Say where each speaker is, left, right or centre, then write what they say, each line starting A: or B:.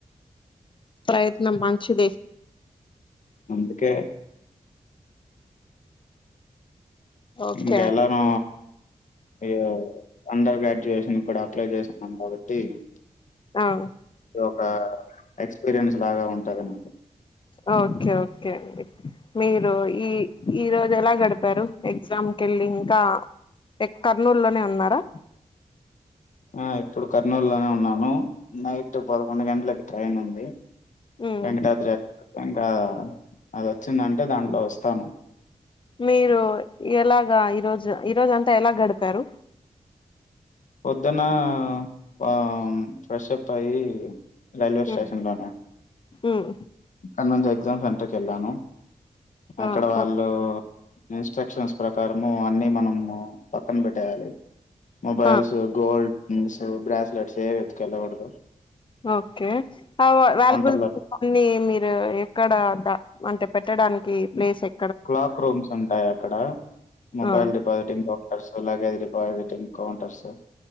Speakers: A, on the left; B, on the left.
A: పయత్నం మంచిది
B: అందుకే
A: ఓకే
B: ఇంకా
A: అండి
B: ఎలానో అయో అండర్ గ్రాడ్యుయేషన్ కూడా అప్లై చేస్తున్నాం కాబట్టి ఇది
A: ఆ
B: ఒక ఎక్స్పీరియన్స్ లాగా ఉంటది నాకు
A: ఆ ఓకే ఓకే అండి మీరు ఈ ఈ రోజు ఎలా గడిపారు ఎక్సమ్ కెళ్ళి ఇంకా కర్నూలు లోనే ఉన్నారా
B: ఆ ఇప్పుడు కర్నూలు లోనే ఉన్నాను నైట్ పదకొండు గంటలకి ట్రైన్ ఉంది
A: ఉమ్
B: వెంకటాద్రి ఇంకా అది వచ్చిందంటే దాంట్లో వస్తాను
A: మీరు ఎలాగా ఈరోజు ఈరోజ అంతా ఎలా గడిపారు
B: పొద్దున ఆ ఫ్రెషప్ అయి రైల్వే స్టేషన్
A: ఉమ్
B: లోనే
A: ఉమ్
B: కానీ ఎగ్జామ్ సెంటర్కి వెళ్ళాను అక్కడ
A: ఆ
B: వాళ్ళు
A: ఓకే
B: ఇన్స్ట్రక్షన్స్ ప్రకారము అన్ని మనము పక్కన పెట్టేయాలి మొబైల్స్
A: ఆ
B: గోల్డ్స్ థింగ్స్ బ్రాస్లెట్స్ ఏవి ఎత్తికెళ్ళకూడదు
A: ఆ ఓకే వ వాళ్లబ్లూ
B: కౌంటర్లో
A: థింగ్స్ అన్ని మీరు ఎక్కడ అంటే పెట్టడానికి ప్లేస్ ఎ
B: క్లాక్ రూమ్స్ ఉంటాయి అక్కడ మొబైల్
A: ఆ
B: డిపాజిటింగ్ కౌంటర్స్ ఎలాగా డిపాజిటింగ్ కౌంటర్స్